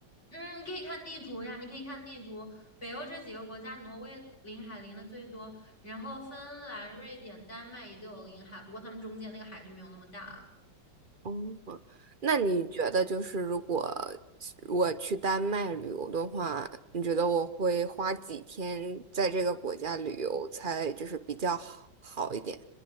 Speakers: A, on the left; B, on the right.
A: 嗯，你可以看地图呀，你可以看地图。北欧这几个国家，挪威临海临的最多，然后芬兰、瑞典、丹麦也都有临海，不过他们中间那个海就没有那么大。
B: 哦，那你觉得就是如果我去丹麦旅游的话，你觉得我会花几天在这个国家旅游才就是比较好好一点